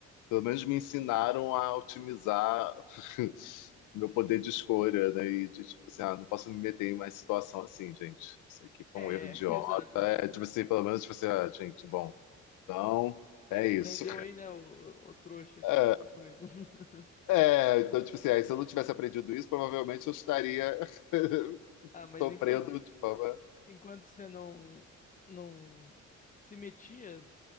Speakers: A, on the left (about 85°); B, on the left (about 25°).
A: Pelo menos me ensinaram a otimizar <laughs> meu poder de escolha, né? E de tipo assim, ah, não posso me meter em mais situação assim, gente. Isso aqui foi
B: É,
A: um erro idiota.
B: é, <laughs> exato.
A: É, tipo assim, pelo menos, tipo assim, ah, gente, bom, então é
B: Aprendeu
A: isso.
B: aí, né, o, o trouxa aqui
A: <laughs>
B: no mercado mesmo. <laughs>
A: É, então, tipo assim, aí, se eu não tivesse aprendido isso, provavelmente eu estaria <laughs>
B: Ah, mas
A: sofrendo
B: enquanto,
A: de forma.
B: enquanto você não, não se metia,